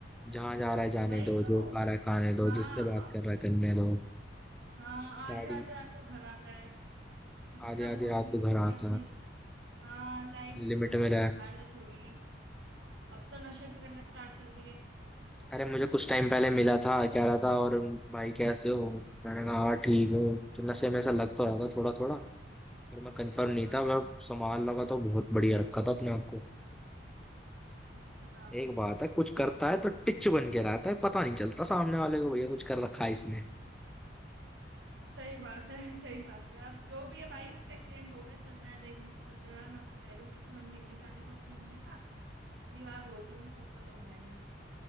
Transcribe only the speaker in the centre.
जहाँ जा रहा है जाने
दो
जो खा रहा है खाने दो
जिससे बात कर रहा है करने दो
गाड़ी
आधी आधी
रात
को
घर आता
है,
लिमिट
में रहे
अरे मुझे कुछ टाइम पहले मिला था कह रहा था और भाई कैसे हो मैंने कहा हाँ ठीक हूँ तो नशे में ऐसा लग तो रहा था थोड़ा थोड़ा पर मैं कंफर्म नहीं
था मैं संभाल लगा तो बहुत बढ़िया रखा था अपने आप को
एक बात है कुछ करता है तो टिच बन के रहता है पता नहीं चलता सामने वाले को भैया कुछ कर रखा है इसने